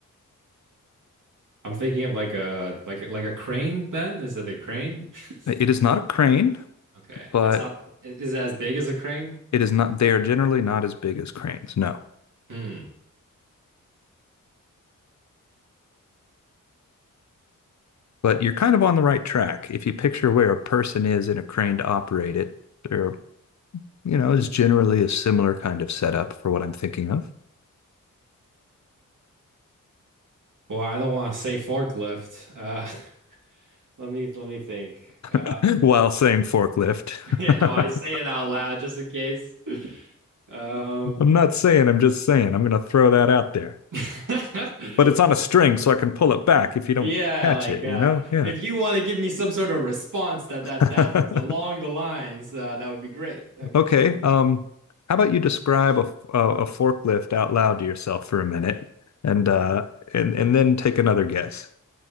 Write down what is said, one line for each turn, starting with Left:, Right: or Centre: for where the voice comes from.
Right: I'm thinking of like a like a- like a crane then. Is it a crane? <laughs>
Left: It is not a crane,
Right: Okay.
Left: but
Right: It's not i- is it as big as a crane
Left: it
Right: or
Left: is not, they are generally not as big as cranes, no.
Right: hmm.
Left: But you're kind of on the right track. If you picture where a person is in a crane to operate it, there, you know, is generally a similar kind of setup for what I'm thinking of.
Right: Well, I don't want to say forklift. Uh <laughs> let me let me think. Uh
Left: <laughs> while saying forklift.
Right: <laughs> yeah,
Left: <laughs>
Right: well, I say it out loud just in case. Um
Left: I'm not saying, I'm just saying. I'm going to throw that out there.
Right: <laughs>
Left: But it's on a string, so I can pull it back if you don't
Right: Yeah,
Left: catch
Right: like
Left: it,
Right: uh,
Left: you know? Yeah.
Right: if you want to give me some sort of response that
Left: <laughs>
Right: that that is along the lines, uh, that would be great. Okay.
Left: Okay. Um, how about you describe a, a, a forklift out loud to yourself for a minute and uh, and, and then take another guess?